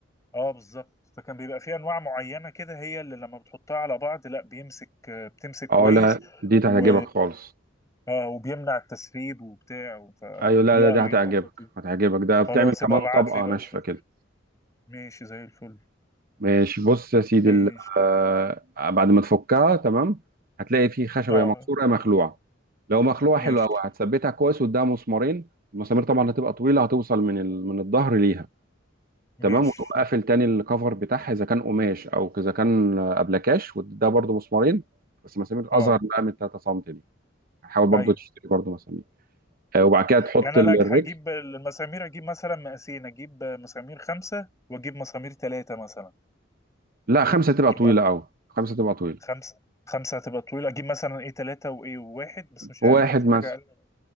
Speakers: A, on the left; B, on the right.
A: اه بالظبط فكان بيبقى فيه انواع معينه كده هي اللي لما بتحطها على بعض لا بيمسك آه، بتمسك كويس
B: اه لا دي هتعجبك
A: و
B: خالص
A: اه وبيمنع التسريب وبتاع ف...
B: ايوه لا
A: لا
B: لا دي
A: بيبقى
B: هتعجبك
A: خطير
B: هتعجبك ده بتعمل
A: خلاص
B: كمان
A: يبقى ابعت
B: طبقه
A: لي بقى
B: ناشفه
A: صورة
B: كده
A: ماشي زي الفل
B: ماشي بص يا سيدي
A: ماشي
B: ال- آه بعد ما تفكها تمام هتلاقي فيه خشبه
A: اه
B: يا مكسوره يا مخلوعه لو مخلوعه
A: ماشي
B: حلوه قوي هتثبتها كويس قدام مسمارين المسامير طبعا هتبقى طويله هتوصل من ال... من الظهر ليها تمام
A: ماشي
B: وتقوم قافل تاني الكفر بتاعها اذا كان قماش او اذا كان آه، أبلكاش وده برضو مسمارين بس مسامير
A: اه
B: اصغر بقى من 3 سم دي حاول برضو
A: ايوه
B: تشتري برضو مسامير آه، وبعد كده تحط
A: يعني
B: ال-
A: انا
B: الرجل
A: هجيب المسامير اجيب مثلا مقاسين اجيب مسامير خمسة واجيب مسامير ثلاثة مثلا
B: لا خمسه تبقى
A: يبقى
B: طويله قوي خمسه تبقى طويله
A: خمسة خمسة هتبقى طويلة اجيب مثلا ايه ثلاثة وايه واحد بس مش
B: واحد
A: عارف بقى في
B: مثلا
A: حاجة اقل من